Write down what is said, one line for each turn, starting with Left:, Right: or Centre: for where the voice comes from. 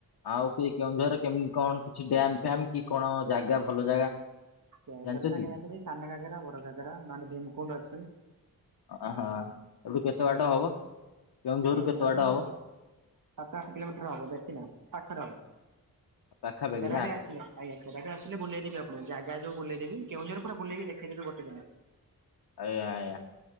Left: ଆଉ କି କେଉଁଝରେ କେମିତି କଣ କିଛି ଡ୍ୟାମ ଫ୍ୟାମ୍ କି କଣ ଜାଗା ଭଲ ଜାଗା?
Right: କେଉଁଝର
Left: ଜାଣିଛନ୍ତି?
Right: ତ ଆଜ୍ଞା <unintelligible> ସାନ ଘାଗେରା ବଡ ଘାଗେରା ମାନେ ଭୀମକୁଣ୍ଡ ଅଛି।
Left: ଆହା ଏଇଠୁ କେତେ
Right: ଆଜ୍ଞା
Left: ବାଟ
Right: ସାର୍
Left: ହବ କେଉଁଝର
Right: କେଉଁଝରରୁ
Left: ରୁ କେତେ ବାଟ ହବ?
Right: ସାତ ଆଠ କିଲୋମିଟ ର ହବ ବେଶୀ ନାଇ ପାଖରେ ହବ
Left: ପାଖାପାଖି
Right: ସେରା
Left: ନା
Right: ବି ଆସିଲେ ଆଜ୍ଞାା ଆସିଲେ ବୁଲେଇଦେବି ଆପଣ ଜାଗା ଯଉ ବୁଲଇଦେବି କେଉଁଝର ପୁରା ବଲେଇବି ଦେଖଦେବି ଗୋଟେ ଦିନରେ।
Left: ଆଜ୍ଞା ଆଜ୍ଞା।